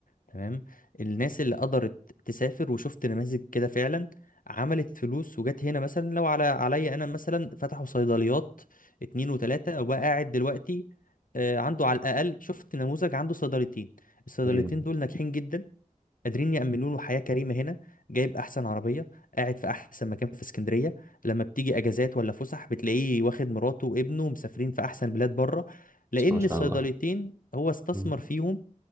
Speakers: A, on the left; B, on the right.
A: تمام الناس اللي قدرت تسافر وشفت نماذج كده فعلا عملت فلوس وجت هنا مثلا لو على عليا انا مثلا فتحوا صيدليات اتنين وتلاتة وبقى قاعد دلوقتي آه، عنده على الاقل شفت نموذج عنده صيدليتين الصيدليتين
B: امم
A: دول ناجحين جدا قادرين يأمنوا له حياة كريمة هنا جايب أحسن عربية قاعد في أحسن مكان في اسكندرية لما بتيجي أجازات ولا فسح بتلاقيه واخد مراته وابنه مسافرين في أحسن بلاد بره لأن
B: بس ما شاء
A: الصيدليتين
B: الله
A: هو استثمر
B: امم
A: فيهم